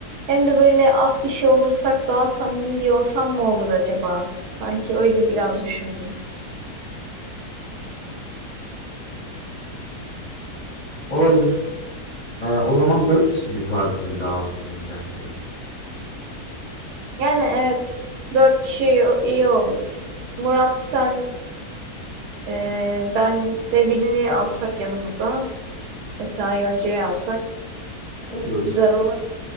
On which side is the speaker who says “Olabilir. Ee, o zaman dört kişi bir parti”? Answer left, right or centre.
Left